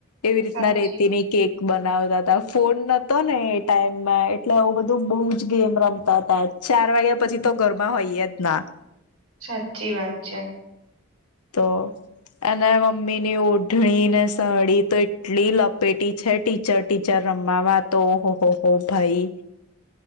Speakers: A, on the left; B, on the right.
A: એવી રીતના
B: સાચી
A: રેતીની
B: વાત કીધી.
A: કેક બનાવતા ફોન નતો ને એ ટાઈમમાં એટલે આવું બધું બોજ ગેમ રમતા હતા, ચાર વાગે
B: હમ.
A: પછી તો ગરમાં હોઈએજ. ના
B: સાચી વાત છે.
A: તો અને મમ્મીની ઓઢણી ને સાડી તો એટલી લપેટી છે, ટીચર ટીચર રમવામાં તો ઓહહો હો ભાઈ,